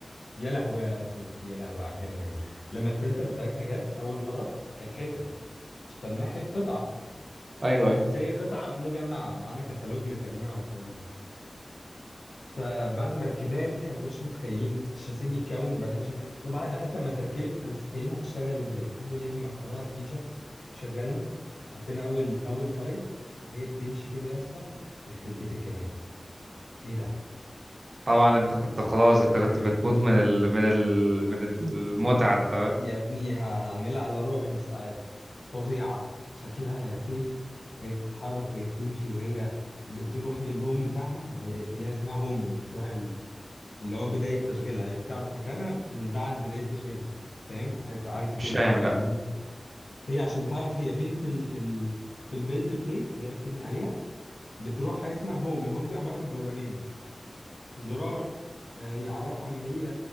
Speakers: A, on the left; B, on the right.
A: يا لهوي يا سيف يا لهوي على الجمال لما البرينتر بتاعتنا جت اول مره كانت حتت اشتريناها حت- قطعه
B: ايوه ايوه
A: بس هي قطعه مجمعه معانا كتالوج لتجميعها والكلام ده فبعد ما ركبناها يا ابني احنا ما كناش متخيلين الشاسيه بيتكون بعدين مش عارف ايه وبعد حتى ما اتركبت احنا مش متخيلين هتشتغل ازاي اول يا ابني ما حطيناها الفيشه شغلنا حطينا اول اول فايل هي بتمشي كده يا اسطى يخرب بيت الجمال ايه ده
B: طبعا انت
A: ايه
B: كنت خلاص انت كنت بتموت
A: انا
B: من ال... من ال... من المتعة انت
A: يا ابني ه- هعملها على روحي من السعاده فظيعه شكلها يا سيف هي بتتحرك وهي بتمشي وهي بتروح للهوم بتاعها ما هي فيها اسمها هومينج بتروح اللي هو بداية تشغيلها هي بتعرف مكانها من بعد بداية تشغيلها فاهم عت- عرفت
B: مش
A: ان اتحركت
B: فاهم لا
A: يمين هي عشان تعرف هي فين في ال في ال في البيلد بليت اللي هي بتبني عليها بتروح حاجة اسمها هوم الهوم دي عبارة عن زرارين زرار آه، يعرفها ان هي